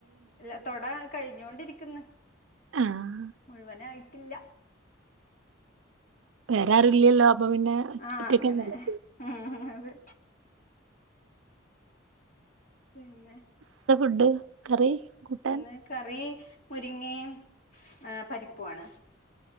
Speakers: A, on the left (about 45°); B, on the right (about 75°).
A: ഇല്ല തൊട കഴിഞ്ഞോണ്ടിരിക്കുന്നു
B: ആഹ്
A: മുഴുവനായിട്ടില്ല
B: വേറെ ആരു ഇല്ലല്ലോ അപ്പൊ പിന്നെ
A: ആഹ്
B: ഒറ്റക്കെന്നെല്ലേ
A: അങ്ങനെ ഉം അതെ പിന്നെ
B: ത്താ ഫുഡ് കറി കൂട്ടാൻ
A: ഇന്ന് കറി മുരിങ്ങേയും ആഹ് പരിപ്പു ആണ്